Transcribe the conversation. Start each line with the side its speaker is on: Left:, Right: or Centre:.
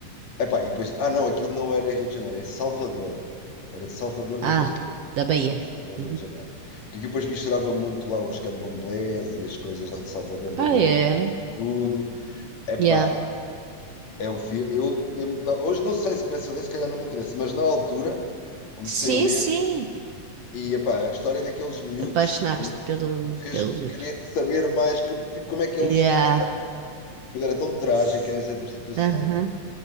Left: Epá, e depois, ah não, aquilo não era em Rio de Janeiro, era em Salvador. Era de Salvador
Right: Ah,
Left: da Bahia.
Right: da Bahia.
Left: É verdade, não era Rio
Right: Uhum.
Left: de Janeiro. Porque aquilo depois misturava muito lá os candomblés e as coisas lá de Salvador da
Right: Ah,
Left: Bahia,
Right: é.
Left: com tudo. Epá,
Right: Yeah.
Left: é um filme. Eu lembro, não, hoje não sei se começa a ler, se calhar não me interessa, mas na altura comecei
Right: Sim,
Left: a ler
Right: sim.
Left: e epá, a história daqueles miúdos
Right: Apaixonaste pelo,
Left: fez-me
Right: pelo livro.
Left: querer saber mais co- tipo, como é que
Right: Yeah.
Left: eles iam acabar. Aquilo era tão trágico
Right: S-
Left: em certas situações
Right: Aham.